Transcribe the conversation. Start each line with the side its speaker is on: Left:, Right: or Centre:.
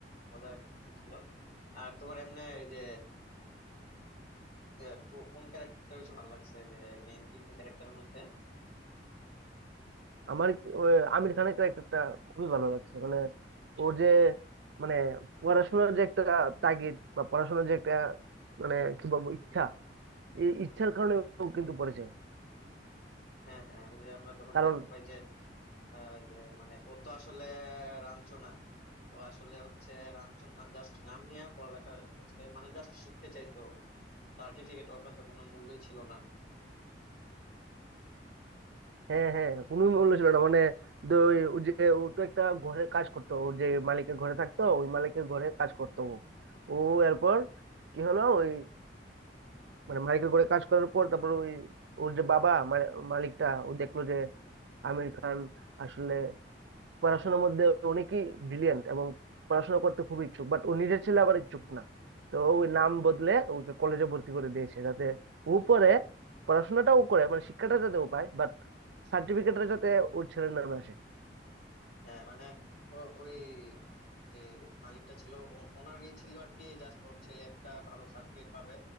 Left: মজার একটা ছিল আর তোমার এমনি এই যে যে কো- কোন ক্যারেক্টারটা বেশি ভালো লাগছে যে মেইন তিনটা ক্যারেক্টারের মধ্যে
Right: আমার ও, আমির খানের ক্যারেক্টারটা খুবই ভালো লাগছে মানে ও যে মানে পড়াশোনার যে একটা তাগিদ বা পড়াশোনার যে একটা মানে কি বলবো ইচ্ছা এই ইচ্ছার কারণে ও কিন্তু পড়েছে
Left: হ্যাঁ হ্যাঁ ওই যে আমরা যখন
Right: কারণ
Left: দেখতে পাই যে আহ, যে মানে ও তো আসলে রাঞ্চো না ও আসলে হচ্ছে রাঞ্চো না জাস্ট নাম নিয়ে পড়ালেখা করছে মানে জাস্ট শিখতে চাইতো সার্টিফিকেট ওর কাছে কোনো মূল্যই ছিল না
Right: হ্যাঁ হ্যাঁ কোনো মূল্য ছিল না মানে দ- ওই- ও যে ও তো একটা ঘরে কাজ করতো ও যে মালিকের ঘরে থাকতো ওই মালিকের ঘরে কাজ করতো ও ও এরপর কি হলো ওই মানে মালিকের ঘরে কাজ করার পর তারপর ওই ওর যে বাবা মানে মালিকটা ও দেখলো যে আমির খান আসলে পড়াশোনার মধ্যে অনেকই ব্রিলিয়েন্ট এবং পড়াশোনা করতে খুব ইচ্ছুক বাট ও নিজের ছেলে আবার ইচ্ছুক না তো ও ওই নাম বদলে ওকে কলেজে ভর্তি করে দিয়েছে যাতে ও পরে পড়াশোনাটাও করে মানে শিক্ষাটা যাতে ও পায় বাট সার্টিফিকেটটা যাতে ওর ছেলের নামে আসে
Left: হ্যাঁ মানে ও- ওই যে মালিকটা ছিল ও- ওনারই ছিল আর কি জাস্ট ওর ছেলে একটা ভালো সার্টিফিকেট পাবে